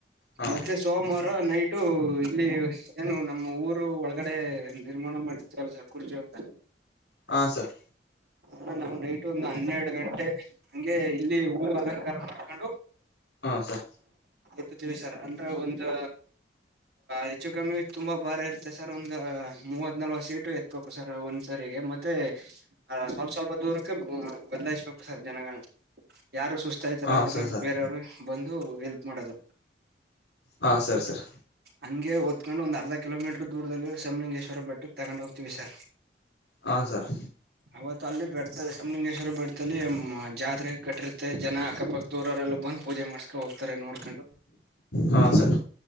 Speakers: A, on the left; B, on the right.
A: ಹಾ
B: ಮತ್ತೆ ಸೋಮವಾರ ನೈಟು ಇಲ್ಲಿ ಏನು ನಮ್ಮ ಊರು ಒಳಗಡೆ ನಿರ್ಮಾಣ ಮಾಡಿರ್ತವಲ್ಲಸರ್ ಕುರ್ಚು ಅಂತ
A: ಹಾ ಸರ್
B: ಹ ನಾ್ ನೈಟ್ ಒಂದು್ ಹನ್ನೆರಡು ಗಂಟೆ ಹಂಗೆ ಇಲ್ಲಿ ಹೂವು ಅಲಂಕಾರ ಮಾಡ್ಕೊಂಡು
A: ಹಾ ಸ
B: ಎತ್ತುೀವಿ ಸರ್ ಒಂದು ಹೆಚ್ಚು ಕಮ್ಮಿ ತುಂಬಾ ಬಾರ ಇರುತ್ತೆ ಸರ್ ಒಂದ ಮೂವತ್ ನಲ್ವತ್ತು ಸೀಟು ಎತ್ಬೇಕು ಸರ್ ಒಂದ್ಸರಿಗೆ ಮತ್ತೆ ಮತ್ತೆ ಹಾ ಸ್ವಲ್ಪ ಸ್ವಲ್ಪ ದೂರ ಬದಲಾಯಿಸ್ಬೇಕು ಸರ್ ಜನಗಳನ್ನ ಯಾರು ಸುಸ್ತಾ ಇದತಾರೆ
A: ಹಾ
B: ಅವ್ರಿಗೆ
A: ಸರ್ ಸರ್
B: ಬೇರೆಯವರು ಬಂದು ಹೆಲ್ಪ್ ಮಾಡೋದು
A: ಹಾ ಸರಿ ಸರ್
B: ಹಂಗೆ ಹೊತ್ಕೊಂಡ್ ಒಂದು ಅರ್ಧ ಕಿಲೋಮೀಟರ್ ದೂರದಲ್ಲಿ ಇರೋ ಶಂಬುಲಿಂಗೇಶ್ವರ ಬೆಟ್ಟಕ್ ತಗೊಂಡ್ ಹೋಗ್ತತಿವಿ ಸರ್
A: ಹಾ ಸರ್
B: ಅವತ್ತು ಅಲ್ಲಿ ಬೆಟ್ಟದಲ್ಲಿ ಶಂಭುಲಿಂಗೇಶ್ವರ ಬೆಟ್ಟದಲ್ಲಿ ಜಾತ್ರೆ ಕಟ್ಟಿರುತ್ತೆ ಜನ ಅಕ್ಕಪಕ್ಕದೂರರೆಲ್ಲ ಬಂದು ಪೂಜೆ ಮಾಡ್ಸ್ಕೊಂಡ ಹೋಗ್ತಾರೆ ನೋಡ್ಕೊಂಡು
A: ಹಾ ಸರ್